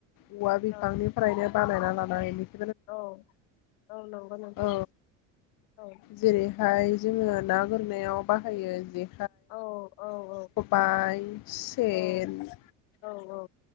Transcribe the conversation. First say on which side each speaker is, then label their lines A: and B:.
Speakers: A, on the left; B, on the left.
A: औवा बिफांनिफ्रायनो
B: औ
A: बानायना <unintelligible>
B: औ -औ नोंथां
A: औ
B: औ
A: जेरैहाय जोङो ना गुरनायाव बाहायो जि
B: औ - औ
A: <unintelligible> सेेन
B: औ औ औ